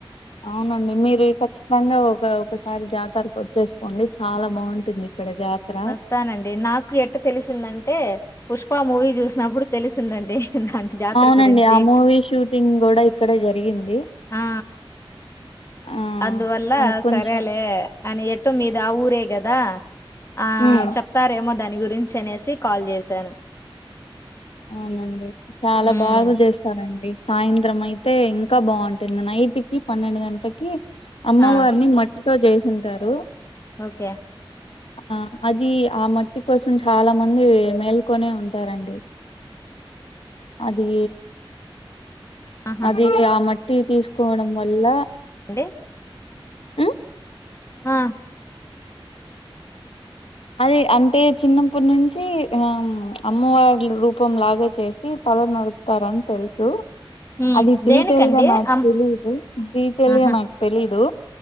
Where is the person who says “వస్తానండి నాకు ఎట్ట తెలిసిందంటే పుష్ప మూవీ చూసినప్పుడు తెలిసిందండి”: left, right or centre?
Left